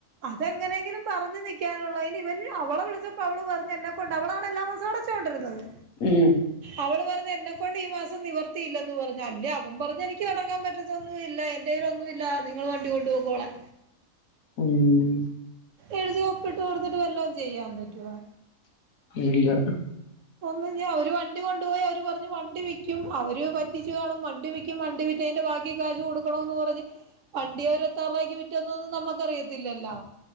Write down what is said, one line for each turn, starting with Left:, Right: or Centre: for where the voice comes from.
Right: അതെങ്ങനെങ്കിലും പറഞ്ഞു നിൽക്കാനുള്ളതിന് ഇവന് അവളെ വിളിച്ചപ്പോ അവള് പറഞ്ഞ് എന്നെ കൊണ്ട് അവളാണ് എല്ലാ മാസവും അടച്ചോണ്ടിരുന്നത്
Left: ഉംഹ്
Right: അവള് പറഞ്ഞ് എന്നെക്കൊണ്ട് ഈ മാസം നിവർത്തിയില്ലന്ന് പറഞ്ഞു അല്ലെ അവൻ പറഞ്ഞ് എനിക്ക് അടക്കാൻ പറ്റത്തൊന്നും ഇല്ല എന്റെയിൽ ഒന്നുമില്ല നിങ്ങള് വണ്ടി കൊണ്ട് പോക്കോളാൻ
Left: ഉംഹ്
Right: എഴുതി ഒപ്പിട്ട് കൊടുത്തിട്ട് വല്ലോം ചെയ്യാൻ പറ്റുവോ
Left: ഇല്ല
Right: ഒന്ന് ഇനി അവര് വണ്ടി കൊണ്ടുപോയി അവര് പറഞ്ഞു വണ്ടി വിക്കും അവര് പറ്റിച്ചു കാണും വണ്ടി വിക്കും വണ്ടി വിറ്റതിന്റെ ബാക്കി കാശ് കൊടുക്കണോന്ന് പറഞ്ഞു വണ്ടി അവര് എത്ര രൂപക്ക് വിറ്റന്നൊന്നും നമുക്കറിയത്തില്ലല്ലോ